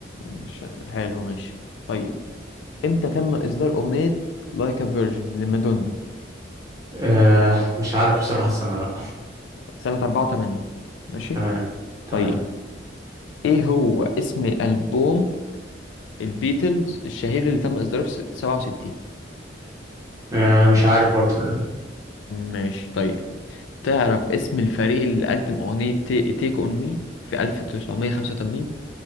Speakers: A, on the left (about 80°); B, on the right (about 20°).
A: مش حلو ماشي طيب امتى تم اصدار اغنية لايك ا فيرجن لمادونا
B: آه مش عارف بصراحة السنة لا
A: سنة 84 ماشي
B: تمام تمام
A: طيب ايه هو اسم البوم البيتلز الشهير اللي تم اصداره في 67
B: آه مش عارف برضه
A: ماشي طيب تعرف اسم الفريق اللي قدم اغنية تيك اون مي في 1985